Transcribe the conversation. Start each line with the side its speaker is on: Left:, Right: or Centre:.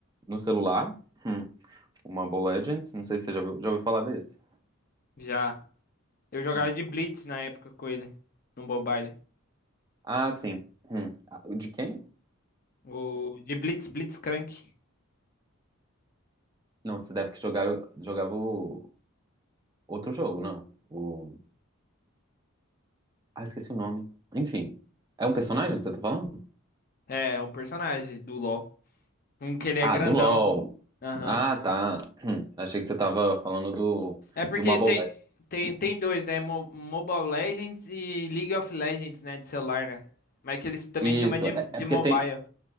Right: no celular. Hum, o Mobile Legends, não sei se você já ouviu, já ouviu falar desse.
Left: Já. Eu jogava
Right: Hum.
Left: de Blitz na época com ele, no Mobile.
Right: Ah, sim. Hum. Ah, o De quem?
Left: O de Blitz, Blitzcrank.
Right: Não, você deve que jogava, jogava o outro jogo, não. O... Ah, esqueci o nome. Enfim, é um personagem que você tá falando?
Left: É, um personagem do LoL. Um que ele é
Right: Ah,
Left: grandão.
Right: do LOL.
Left: Aham.
Right: Ah, tá. <clears throat> Hum, Achei que você tava falando do,
Left: É porque
Right: do Mobile
Left: tem,
Right: Legends.
Left: tem, tem dois, né? Mo- Mobile Legends e League of Legends, né? De celular, né? Mas que eles
Right: <clears throat>
Left: também
Right: Isso,
Left: chamam de,
Right: é,
Left: de
Right: é porque
Left: mobile.
Right: tem.